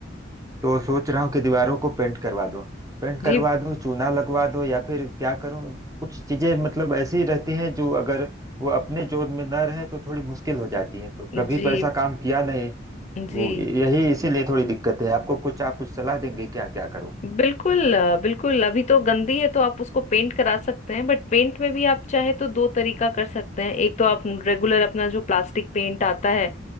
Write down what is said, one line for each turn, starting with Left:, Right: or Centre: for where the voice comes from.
Right: तो सोच रहा हूँ कि दीवारों को पेंट करवा दूं पेंट करवा
Left: जी
Right: दूं चूना लगवा दूं या फिर क्या करूं कुछ चीजें मतलब ऐसी रहती हैं जो अगर वो अपने जोन में न रहे तो थोड़ी मुश्किल हो जाती है तो कभी
Left: जी
Right: तो ऐसा काम किया नहीं वो
Left: जी
Right: यही इसीलिए थोड़ी दिक्कत है आपको कुछ आप कुछ सलाह देंगे क्या क्या करूं
Left: बिल्कुल अ, बिल्कुल अभी तो गंदी है तो आप उसको पेंट करा सकते हैं बट पेंट में भी आप चाहे तो दो तरीका कर सकते हैं एक तो आप रेगुलर अपना जो प्लास्टिक पेंट आता है